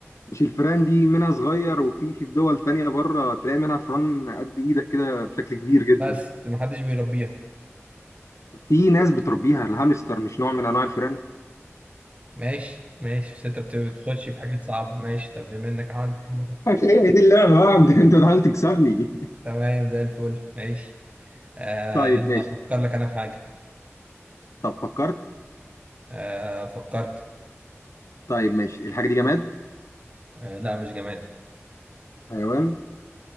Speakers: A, on the left; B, on the right.
A: مش الفيران دي منها صغير وفي في دول تانية بره تلاقي منها فران قد ايدك كده بشكل كبير جدا
B: بس محدش بيربيها
A: في ناس بتربيها الهامستر مش نوع من انواع الفيران
B: ماشي ماشي بس أنت بت- بتخش في حاجات صعبة ماشي طب بما إنك عملت كده،
A: هي دي اللعبة بقى انت أنت بتحاول تكسبني
B: <laughs> تمام زي الفل ماشي آه
A: <laughs> طيب
B: يلا
A: ماشي
B: أفكر لك أنا في حاجة
A: طب فكرت
B: آه فكرت
A: طيب ماشي الحاجة دي جماد
B: آه لا مش جماد
A: حيوان